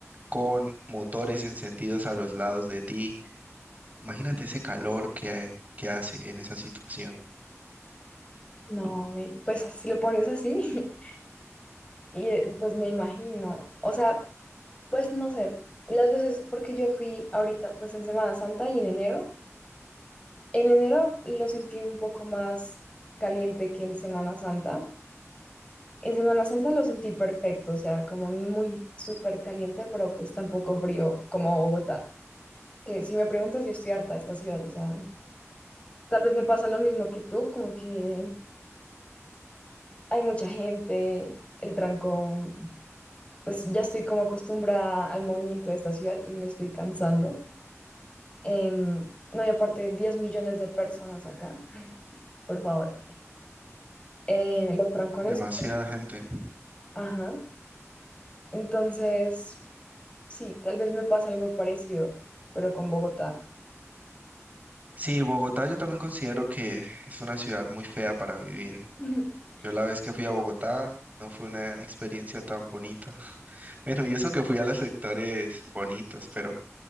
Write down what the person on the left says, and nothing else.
no, me- pues así lo pones así <laughs> y eh, pues me imagino, o sea, pues no sé, las veces, porque yo fui ahorita, pues en Semana Santa y en enero, en enero lo sentí un poco más caliente que en Semana Santa. En Semana Santa lo sentí perfecto, o sea, como ni muy súper caliente, pero pues tampoco frío como Bogotá. que si me preguntas, yo estoy harta de esta ciudad, o sea, tal vez me pasa lo mismo que tú, como que hay mucha gente, el trancón, pues ya estoy como acostumbrada al movimiento de esta ciudad y me estoy cansando. Em, no hay aparte de 10 millones de personas acá, por favor. Em, los trancones,
ajá. Entonces, sí, tal vez me pasa algo parecido, pero con Bogotá.
<laughs>